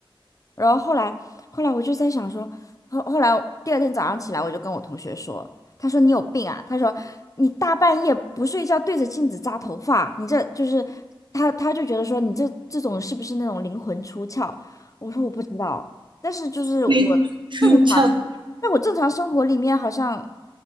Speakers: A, on the left; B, on the right.
A: 然后后来，后来我就在想说，后后来第二天早上起来，我就跟我同学说，他说你有病啊，他说你大半夜不睡觉对着镜子扎头发，你这就是他他就觉得说你这这种是不是那种灵魂出窍？我说我不知道，但是就是我正常，
B: 灵魂出窍。
A: 在我正常生活里面好像